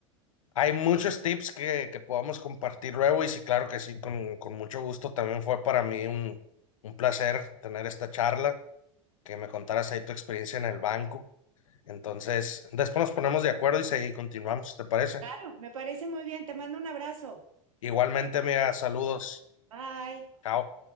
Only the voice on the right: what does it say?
Claro, me parece muy bien. Te mando un abrazo.
Bye.